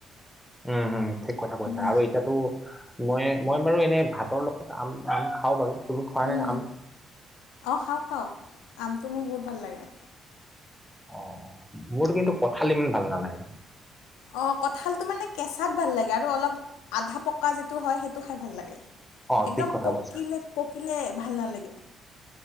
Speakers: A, in the centre; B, on the left.
A: উমঁ হম ঠিক কথা কৈছা
B: উম,
A: আৰু এতিয়াতো মই মই বাৰু এনে ভাতৰ লগত আম আম খাওঁ বাৰু তুমি খোৱা নে
B: উম
A: আম?
B: অ খাওঁ খাওঁ আমটো মোৰ বহুত ভাল লাগে
A: অহ মোৰতো কিন্তু কঁঠাল ইমান ভাল নালাগে
B: অঁহ কঁঠালটো মানে কেঁচাত ভাল লাগে আৰু অলপ আধা পকা যিটো হয় সেইটো খাই ভাল লাগে
A: অ',
B: একদম
A: ঠিক কথা
B: পকিলে
A: কৈছা।
B: পকিলে ভাল নালাগে